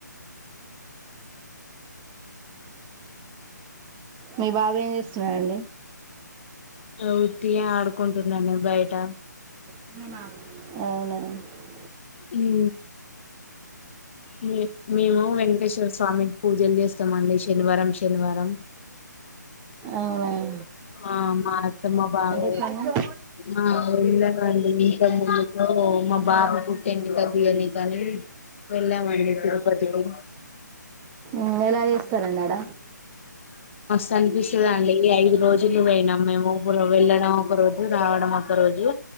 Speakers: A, on the right; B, on the left.
A: మీ బాబు ఏం చేస్తున్నాడండి
B: వుతిగ ఆడుకుంటున్నారు బయట
A: అవున అవున
B: ఊ మ్ మేము వెంకటే స్వామి పూజలు చేస్తామండి శనివారం శనివారం
A: అవన
B: ఆ మా అత్త మా బావ
A: ఎప్పుడన్నా
B: మా వెళ్ళామండి ఇంకా ముందుతో మా బాగా పుట్టిడి కది అని కాని వెళ్ళామండి తిరుపతికి
A: మొబైల్ ఎలా చేస్తరండాడ
B: తన్ఫిష్ తదే అండి ఈ ఐదు రోజులు పోయినా మేము వెళ్ళడం ఒక రోజు రావడం ఒక రోజు